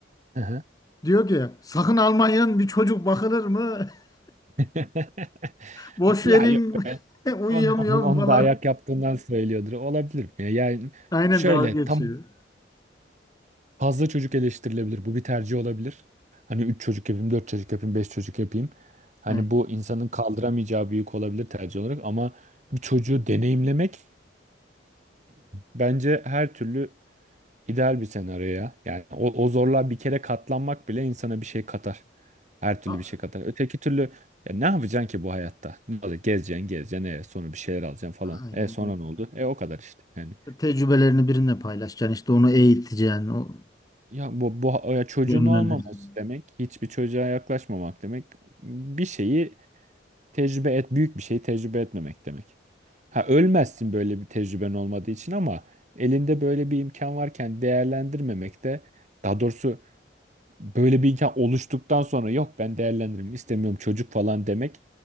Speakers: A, on the right; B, on the left.
A: Hı hı.
B: Diyor ki sakın Almanya'nın bir çocuk bakılır mı? <laughs>
A: <laughs>
B: Boş
A: Ya
B: verin
A: yok be.
B: <laughs> uyuyamıyorum
A: Onun, onun, onu
B: falan.
A: da ayak yaptığından söylüyordur. Olabilir mi? ya? Yani
B: Aynen
A: şöyle
B: dalga geçiyor.
A: tam fazla çocuk eleştirilebilir. Bu bir tercih olabilir. Hani 3 çocuk yapayım, 4 çocuk yapayım, 5 çocuk yapayım. Hani
B: Evet.
A: bu insanın kaldıramayacağı büyük olabilir tercih olarak ama bir çocuğu deneyimlemek bence her türlü ideal bir senaryo ya. Yani o, o zorluğa bir kere katlanmak bile insana bir şey katar. Her türlü
B: A-
A: bir şey katar. Öteki türlü ya ne yapacaksın ki bu hayatta? Ne olacak? Gezeceksin, gezeceksin. E, sonra bir şeyler alacaksın falan.
B: Aynen
A: E sonra
B: öyle.
A: ne oldu? E o kadar işte. Yani
B: Tecrübelerini birine paylaşacaksın işte onu eğiteceksin, o
A: ya bu, bu ya çocuğun
B: yönlendireceksin.
A: olmaması demek, hiçbir çocuğa yaklaşmamak demek. Bir şeyi tecrübe et, büyük bir şeyi tecrübe etmemek demek. Ha ölmezsin böyle bir tecrüben olmadığı için ama elinde böyle bir imkan varken değerlendirmemek de daha doğrusu böyle bir imkan oluştuktan sonra yok ben değerlendiririm istemiyorum çocuk falan demek